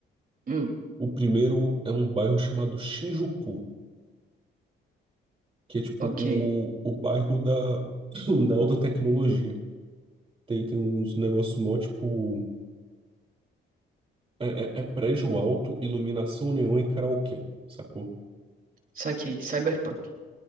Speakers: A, on the right; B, on the right.
A: Hum,
B: O primeiro é um bairro chamado Shinjuku, que é tipo
A: ok.
B: o, o bairro da, <laughs> <clears throat> da alta tecnologia. Tem, tem uns negócios mó, tipo. É, é- é prédio alto, iluminação neon e karaokê, sacou?
A: Saquei. Cyberpunk.